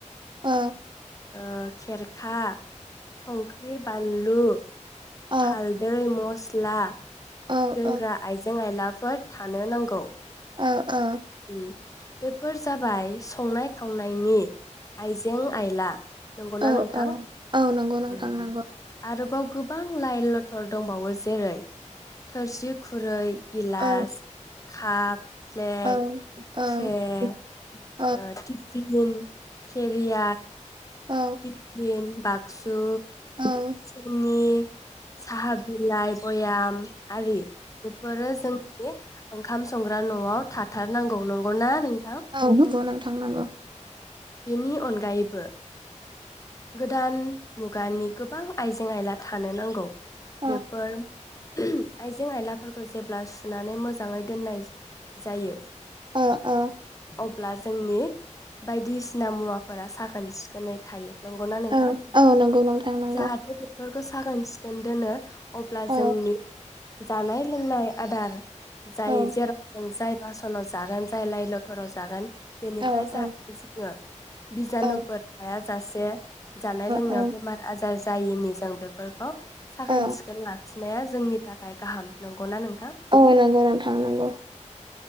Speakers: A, on the right; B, on the left.
A: औ
B: ओ खेरखा संख्रि बानलु
A: औ
B: हालदै मस ला
A: औ
B: दोनग्रा आइजें आयला फोर थानो नांगौ
A: ओ ओ
B: उम बेफोर जाबाय संनाय खावनायनि आइजें आइला नंगौना
A: औ
B: नोंथां?
A: औ औ नंगौ नोंथां
B: <unintelligible>
A: नंगौ
B: आरोबाव गोबां लाइ लथर दंबावो जेरै थोरसि खुरै गिलास
A: औ
B: काप प्लेट
A: ओ
B: ट्रे ओ टिफिन केरियार
A: औ
B: तिफिन बाक्सु
A: औ
B: थिंनि साहा बिलाइ बयाम आरि बेफोरो जोंनि ओंखाम स संग्रा न'आव थाथारनांगौ नंगौना नों
A: औ नंगौ नोंथां नंगौ
B: बिनि अनगायैबो गोदान मुगानि गोबां आइजें आइला थानो नांगौ।
A: औ
B: बेफोर <unintelligible> आइजें आइला फोरखौ जेब्ला सुनानै मोजाङै दोननाय जायो।
A: ओ-ओ
B: अब्ला जोंनि बायदिसिना मुवाफोरा साखोन सिखोनै थायो। नंगौना नोंथां
A: औ औ नंगौ नोंथां। नंगौ
B: जाहाथे बेफोर साखोन सिखोन दोनो। अब्ला
A: औ
B: जोंनि जानाय लोंनाय आदार जाय
A: औ
B: जेराव जों जाय नाव जागोन जाय लइ लटराव जागोन बेनिफ्राय
A: औ
B: जाहाथे
A: औ
B: जोङो बिजानुफोर
A: औ
B: थाया जासे जानाय लोंनायाव
A: औ
B: बेमार आजार जायिनि जों बेफोरखौ साखोन
A: औ
B: सिखोन लाखिनाया जीं जोंनि थाखाय गाहाम नंगौना नों
A: औ नंगौ नथां नांगौ।